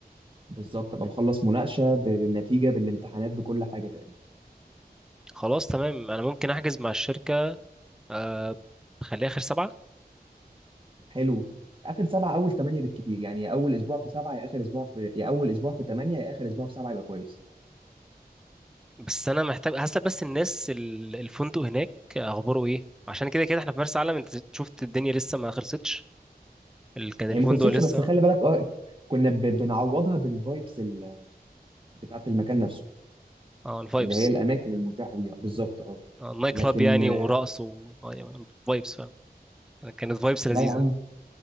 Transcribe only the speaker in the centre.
خلاص تمام انا ممكن احجز مع الشركه آه، خليها اخر سبعة
بس انا محتاج هسأل بس الناس ال- الفندق هناك اخباره ايه عشان كده كده احنا في مرسى علم انت شفت الدنيا لسه ما خلصتش ال- كان
الفندق
لسه
اه الفايبس
آه، النايت
كلاب يعني
ورقص و آه، يعني فايبس فعلا كانت فايبس لذيذه